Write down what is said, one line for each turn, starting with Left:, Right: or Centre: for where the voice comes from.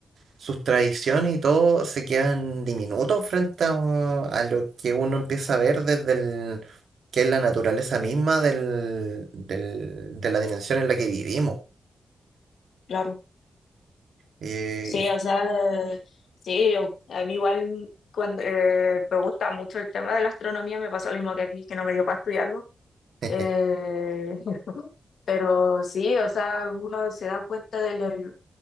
Right: sus tradiciones y todo, se quedan diminutos frente a, a lo que uno empieza a ver desde el, que es la naturaleza misma del, del- de la dimensión en la que vivimos.
Left: claro.
Right: Eh,
Left: Sí, o sea, eh, sí, yo- a mí igual cuando, eh, me gusta mucho el tema de la astronomía, me pasó lo mismo que a ti, que no me dio para estudiarlo.
Right: <laughs>
Left: Eh, <laughs> pero sí, o sea, uno se da cuenta de, lo-